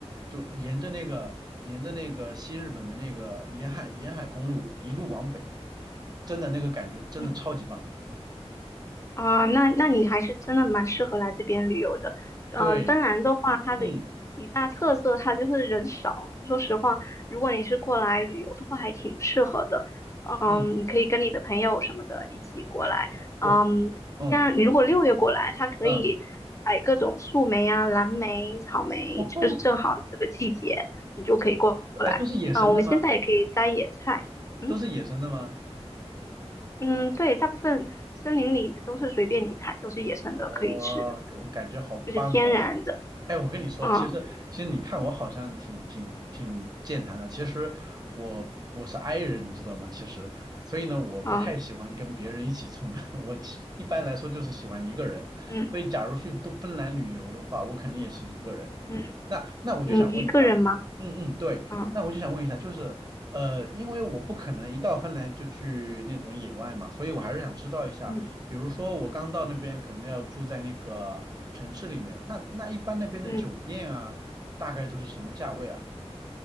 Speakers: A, on the right; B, on the left.
A: 就沿着那个沿着那个西日本的那个沿海沿海公路一路往北，真的那个感觉真的超级棒。
B: 嗯啊，那那你还是真的蛮适合来这边旅游的。呃，
A: 对，
B: 芬兰的话，它的一大特色它就是人少。
A: 嗯
B: 说实话，如果你是过来旅游的话，还挺适合的。嗯，
A: 嗯。
B: 你可以跟你的朋友什么的一起过来。
A: <laughs> 哎，我我，
B: 嗯，
A: 嗯
B: 像你如果六月过来，它可以采各种树莓啊、
A: 嗯，
B: 蓝莓、草莓，
A: 哦
B: 就是正好这个季节，你就可以过。
A: 哎，都是野生的吗？
B: 啊，我们现在也可以摘野菜。嗯
A: 都是野生的吗？
B: 嗯，对，大部分森林里都是随便你采，都是野生的，
A: 我我感觉好棒哦！
B: 可以吃的。就是天然的。
A: 哎，我跟你说，
B: 嗯
A: 其实其实你看我好像挺挺挺健谈的，其实我我是 i 人，你知道吗？其实，所以呢，我不太喜欢跟别人一起出门，
B: 嗯
A: <laughs> 我其一般来说就是喜欢一个人。
B: 嗯
A: 所以，假如去东芬兰旅游的话，我肯定也是一个人。
B: 嗯
A: 那那我就想问一下，
B: 嗯，你一个人吗？
A: 嗯嗯，对，
B: 啊，
A: 那我就想问一下，就是呃，因为我不可能一到芬兰就去那种野外嘛，所以我还是想知道一下。
B: 嗯
A: 比如说我刚到那边，可能要住在那个城市里面，那那一般那边的酒店啊，
B: 嗯，
A: 大概都是什么价位啊？